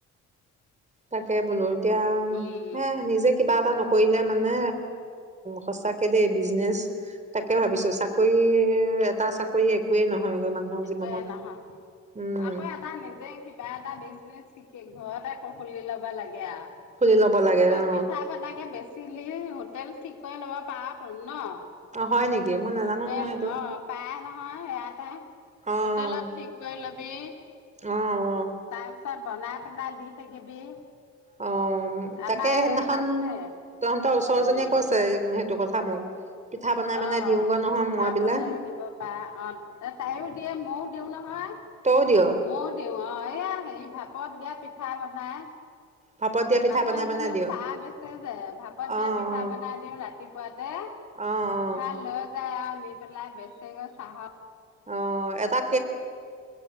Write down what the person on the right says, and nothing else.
তাকে বোলো এতিয়া
হে নিজে কিবা এটা নক কৰিলে মানে সঁচাকৈ দেই বিজনেছ তাকে ভাবিছোঁ চাকৰি এটা চাকৰি একোৱেই নহয়গৈ মানুহৰ
জীৱনত।
উম।
খুলি ল'ব লাগে
অ',
অ', হয় নেকি মই নাজানো
নহয় সেইটো
অ',
অ',
অ
তাকে সেইদিনাখন
তহতৰ ওচৰ
জনীয়ে কৈছে উ সেইটো কথা মোক। পিঠা বনাই বনাই
দিওঁগৈ নহয়
মই বোলে
তইও দিয়
ভাপত দিয়া পিঠা
বনাই বনাই
দিয়
অ',
অ',
অ',
অ এটা